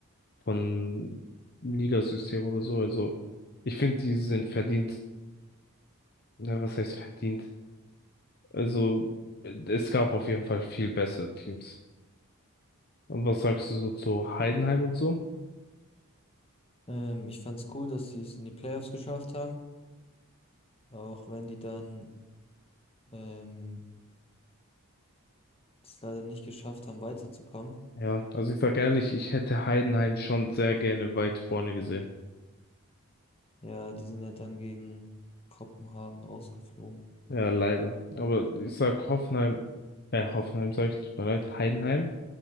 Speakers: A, on the left; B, on the left.
A: von Ligasystem oder so. Also ich finde, die sind verdient. Na, was heißt verdient? Also es gab auf jeden Fall viel bessere Teams. Und was sagst du so zu Heidenheim und so?
B: Ähm, ich fand's cool, dass sie es in die Playoffs geschafft haben, auch wenn die dann ähm, es leider nicht geschafft haben, weiterzukommen.
A: Ja, also ich sag ehrlich, ich hätte Heidenheim schon sehr gerne weit vorne gesehen.
B: Ja, die sind ja dann gegen Kopenhagen rausgeflogen.
A: Ja, leider. Aber ich sag Hoffenheim, äh, Hoffenheim sag ich, tut mir leid, Heidenheim.